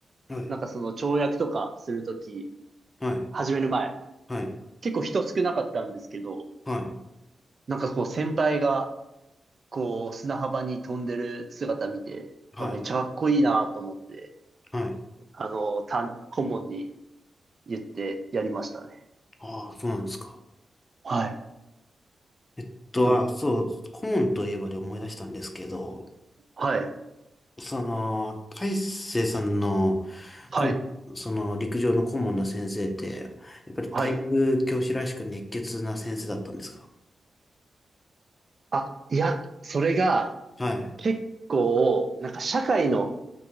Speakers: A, on the left; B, on the right.
A: はい。
B: なんかその跳躍とかするとき、
A: はい。
B: 始める前、
A: はい。
B: 結構人少なかったんですけど、
A: はい。
B: なんかこう先輩が、こう砂浜に飛んでる姿見て、
A: はい。
B: あ、めっちゃかっこいいなと思って、
A: はい。
B: あの、単、顧問に言ってやりましたね。
A: ああ、そうなんですか。
B: はい。
A: えっと、
B: ど
A: あ、そう、顧問といえばで思い出したんですけど、
B: はい。
A: その、大成さんの、
B: はい。
A: 顧その陸上の顧問の先生って、やっぱり体育教師らしく熱血な先生だったんですか
B: はい。あ、いや、それが
A: はい。
B: 結構、なんか社会の